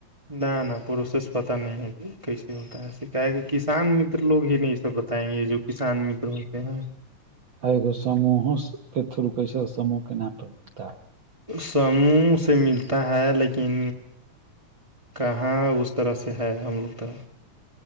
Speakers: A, on the right; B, on the right.
A: نہ نہ پروسیس پتا نہیں ہے جی کیسے ہوتا ہے سکا کہ کسان متر لوگ ہی نہیں سب بتائیں گے یہ جو کسان متر ہوتے ہیں
B: ایگو سموہ کے تھرو کیسے سوہ کے نام پر ملتا ہے
A: سموہ سے ملتا ہے لیکن کہاں اس طرح سے ہے ہم لوگ طرح